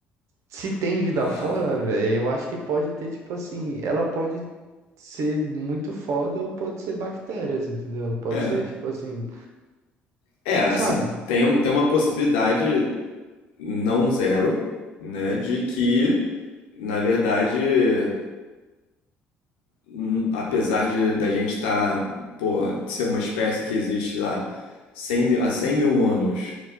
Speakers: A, on the right; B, on the left.
A: se tem vida
B: Ah.
A: fora, velho, eu acho que pode ter, tipo assim, ela pode ser muito foda ou pode ser bactérias, entendeu? Ela pode
B: É.
A: ser, tipo assim,
B: É, assim,
A: sabe?
B: tem uma, tem uma possibilidade não zero, né, de que, na verdade, hum, apesar de da gente estar, pô, ser uma espécie que existe lá 100 mil, há 100 mil anos,